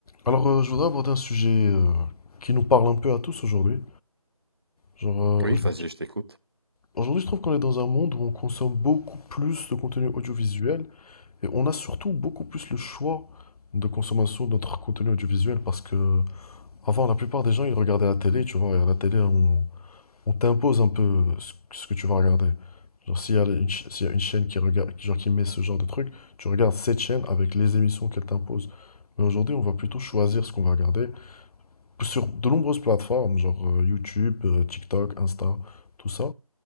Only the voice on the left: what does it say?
Alors, euh, je voudrais aborder un sujet euh, qui nous parle un peu à tous aujourd'hui. Genre,
euh, auj-
aujourd'hui, je trouve qu'on est dans un monde où on consomme beaucoup plus de contenu audiovisuel et on a surtout beaucoup plus le choix de consommation de notre contenu audiovisuel parce que avant, la plupart des gens, ils regardaient la télé, tu vois, et à la télé, on, on t'impose un peu ce, ce que tu vas regarder. Genre, s'il y a une, ch- s'il y a une chaîne qui regarde, genre, qui met ce genre de truc, tu regardes cette chaîne avec les émissions qu'elle t'impose. Mais aujourd'hui, on va plutôt choisir ce qu'on va regarder. sur de nombreuses plateformes, genre euh, YouTube, euh, TikTok, Insta, tout ça.